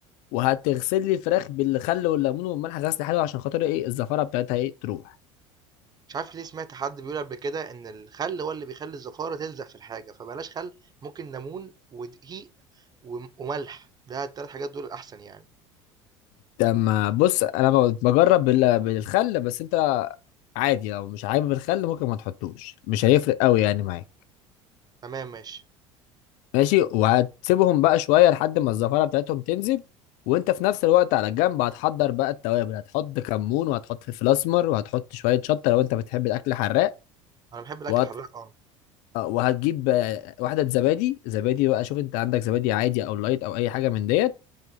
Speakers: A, on the left; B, on the right.
A: وهتغسل لي الفراخ بالخل والليمون والملح غسل حلو عشان خاطر ايه الزفاره بتاعتها ايه تروح
B: مش عارف ليه سمعت حد بيقول قبل كده ان الخل هو اللي بيخلي الزفاره تلزق في الحاجه فبلاش خل ممكن ليمون ودقيق وم- وملح ده التلات حاجات دول الاحسن يعني
A: لما بص انا ب- بجرب بال- بالخل بس انت عادي لو مش حابب الخل ممكن ما تحطوش مش هيفرق قوي يعني معاك
B: تمام ماشي
A: ماشي وهتسيبهم بقى شويه لحد ما الزفاره بتاعتهم تنزل وانت في نفس الوقت على جنب هتحضر بقى التوابل هتحط كمون وهتحط فلفل اسمر وهتحط شويه شطه لو انت بتحب الاكل حراق
B: انا بحب الاكل
A: وهت...
B: حراق اه
A: وهتجيب آه، واحده زبادي زبادي بقى شوف انت عندك زبادي عادي او لايت او اي حاجه من ديت